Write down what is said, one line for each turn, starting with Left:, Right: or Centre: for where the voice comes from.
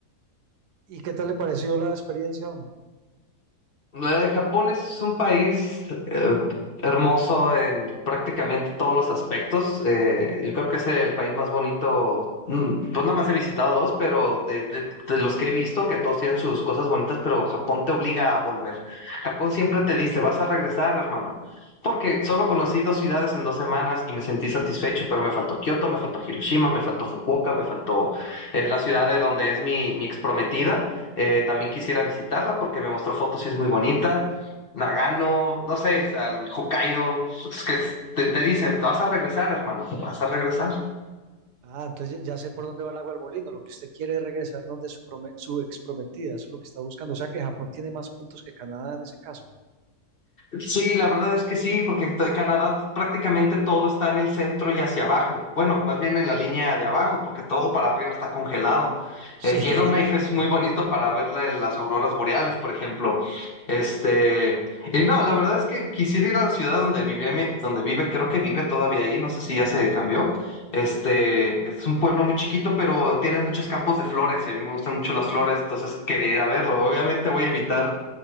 Right: ¿Y qué tal le pareció la experiencia? hombre?
Left: Eh, Japón es un país eh, hermoso en prácticamente todos los aspectos. Eh, yo creo que es el país más bonito. mm, Pues nada más he visitado dos, pero de, de- de los que he visto, que todos tienen sus cosas bonitas, pero Japón te obliga a volver. Japón siempre te dice, vas a regresar, hermano. Porque solo conocí dos ciudades en dos semanas y me sentí satisfecho, pero me faltó Kioto, me faltó Hiroshima, me faltó Fukuoka, me faltó eh, la ciudad de donde es mi, mi ex eh, también quisiera visitarla porque me mostró fotos y es muy bonita. Nagano, no sé, al Hokkaido, es que te, te dice, te vas a regresar, hermano, vas a regresar.
Right: Ah, entonces ya ya sé por dónde va el agua al molino. Lo que usted quiere es regresar donde su, prome- su ex prometida, eso es lo que está buscando. O sea que Japón tiene más puntos que Canadá en ese caso.
Left: Sí, la verdad es que sí, porque to- Canadá prácticamente todo está en el centro y hacia abajo. Bueno, más bien en la línea de abajo, porque todo para arriba está congelado.
Right: Sí,
Left: El
Right: <laughs>
Left: Yellowknife es muy bonito para verle las auroras boreales, por ejemplo. Este, y no, la verdad es que quisiera ir a la ciudad donde vivía, mi- donde vive, creo que vive todavía ahí, no sé si ya se cambió. Este, es un pueblo muy chiquito, pero tiene muchos campos de flores, y a mí me gustan mucho las flores, entonces quería ir a verlo. Obviamente voy a evitar